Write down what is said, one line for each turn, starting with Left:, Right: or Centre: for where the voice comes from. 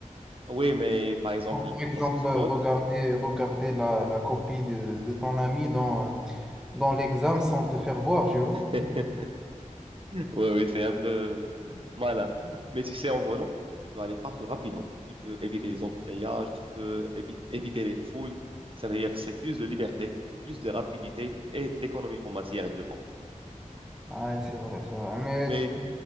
Right: Oui, mais par exemple,
Centre: Donc, par exemple,
Right: lorsque tu
Centre: euh,
Right: voles,
Centre: regarder, regarder la, la copie de, de ton ami dans, euh, dans l'examen sans te faire voir, tu vois.
Right: <laughs> Oui, oui, c'est un peu <laughs> malin. Mais tu sais, en volant, tu peux aller partout rapidement. Tu peux éviter les embouteillages, tu peux évi- éviter les foules. C'est-à-dire, c'est plus de liberté, plus de rapidité et d'économie en matière de temps.
Centre: Ouais, c'est vrai, c'est vrai. Mais
Right: Mais
Centre: tu peux,